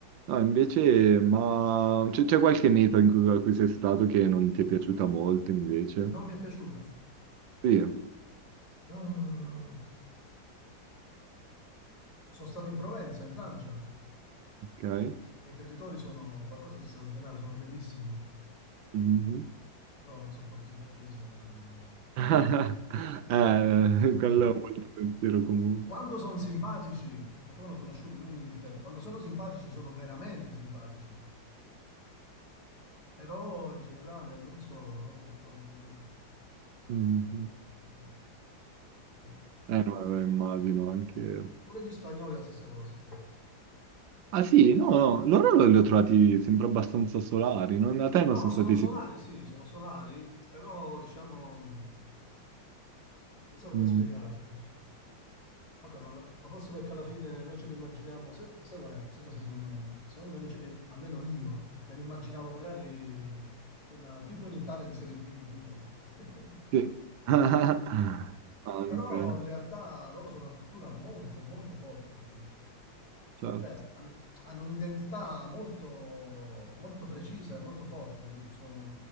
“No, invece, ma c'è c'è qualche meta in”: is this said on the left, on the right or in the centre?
Right